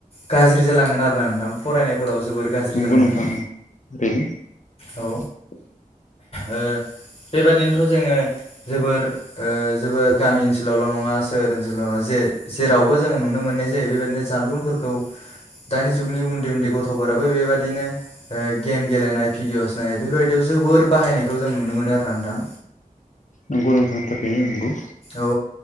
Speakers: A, on the left; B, on the left.
A: गाज्रि जालांगोन आरोना नोंथां फरायनायफोराव जोबोर गाज्रि
B: नंगौ
A: जालांगोन
B: नोंथां नंगौ थारैनो
A: औ
B: <inaudible>
A: ओ बेबादिनोथ' जोङो जोबोर ओ जोबोर गामि ओनसोलावल' नङा सोर ओनसोलाव जे जेरावबो जोङो नुनो मोननाय जायो बेबायदिनो जानबुंफोरखौ दानि जुगनि उन्दै उन्दै गथ'फोराबो बेबायादिनो ओ गेम गेलेनाय भिडिअ'स नाय बेफोरबायदियाव जोबोर बाहायनायखौ जों नुनो मोनो आरोना नोंथां।
B: नोंगौ नोथां थारैनो नोंगौ
A: औ